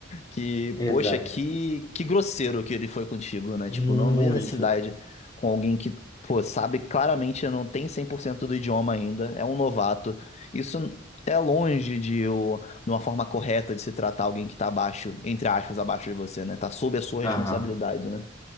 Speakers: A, on the left; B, on the left.
A: Que,
B: Exato.
A: poxa, que, que grosseiro que ele foi contigo, né?
B: Muito.
A: Tipo, não vi necessidade com alguém que, pô, sabe claramente não tem 100% do idioma ainda, é um novato. Isso é longe de, o- de uma forma correta de se tratar alguém que tá abaixo, entre aspas, abaixo de você, né? Tá sob a sua
B: Aham.
A: responsabilidade, né?